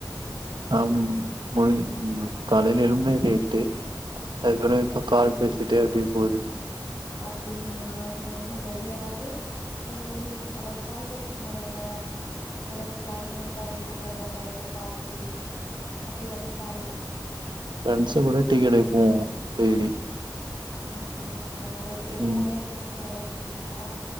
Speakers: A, on the right (about 80°); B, on the left (about 55°).
A: அம் பொழு காலைல எழும்பயே லேட்டு அதுக்கறோ இப்ப கால் பேசிட்டே அப்டியே போது
B: அப்டிங்ளா சரிங்க சரி அதாவது இன்னு ஈவ்னிங் அதாது சாய்ந்திரத்துக்கு மேல என்ன ஏதாது ப்ளனிங் இருக்கா வெளில போறதாட்ட அதாது பார்க்கோ பீச் அப்டி ஏதாது ப்ளனிங்
A: ப்ரெண்ட்ஸ் கூட டீ கடைக்கு போவோ டேலி
B: அப்டிங்ளா ரெ எப்புமே
A: ம்
B: ஃப்ரெண்ட்ஸ் கூடதா போவீங்ளா